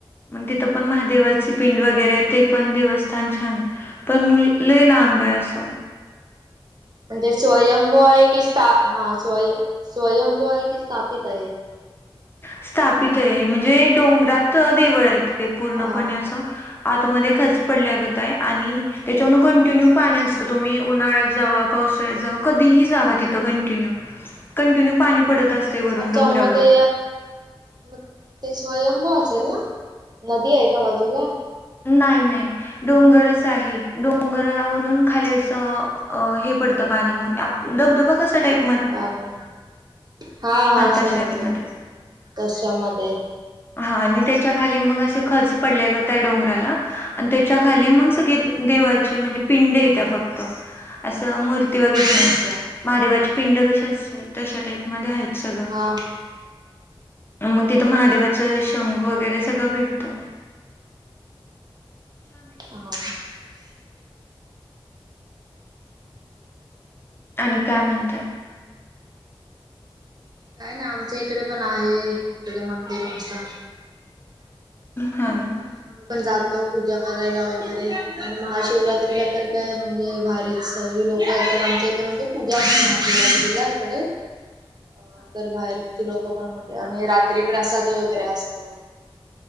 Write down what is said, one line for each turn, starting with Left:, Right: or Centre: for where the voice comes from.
Left: मग तिथं पण महादेवाचे पिंड वगैरे आहे ते पण देवस्थान छान आहे पण लय लांब बायस
Right: म्हणजे स्वयंभू आहे कि हा स्वयं स्वयंभू आहे की स्थापित आहे.
Left: स्थापित आहे म्हणजे डोंगरात देवळ आहे ते पूर्णपणे
Right: हा
Left: असं. आतमध्ये खज पडल्यागत आहे आणि त्याच्यान कंटिन्यू पाणी असतं तुम्ही उन्हाळ्यात जावा पाव पावसाळ्यात जावा, कधी ही जावा तिथ कॉन्टिन्यू पाणी पडत असते वरून
Right: अच्छा
Left: डोंगरावरून
Right: मग ते मग ते स्वयंभू असेल ना नदी आहे का बाजूला
Left: नाही नाही डोंगरच आहे डोंगरावरून खाली असं हे पडत मग धबधबा कसा टाईप
Right: पाणी हा हा
Left: तशा
Right: समजलं
Left: टाईपमध्ये
Right: त्याच्यामध्ये
Left: हा आणि त्याच्या खाली मग असं खच पडले गता डोंगराला आणि त्याच्या खाली मग सगळे देवाचे म्हणजे पिंड येत फक्त अस मूर्ती वगैरे
Right: अच्छा
Left: नाही, महादेवाची. पिंड कसे असतय तशा टाईपमध्येध्ये आहेत सगळं
Right: हा.
Left: मग तिथं महादेवाच शंख वगैरे सगळं भेटत -
Right: हो
Left: आणि काय म्हणतय
Right: काय ना आमच इकडे पण आहे इकडे मंदिर मस्त
Left: हा ना
Right: आम्ही पण जातो पूजा करायला वगैरे आणि महाशिवरात्रीला तर काय म्हणजे भारी सर्व लोक येतात आमच्या इथे म्हणजे पूजा असतला इकडे
Left: डणरथझद
Right: अ तर बाहेर पण म्हणजे आणि रात्री प्रसादी वगैरे असत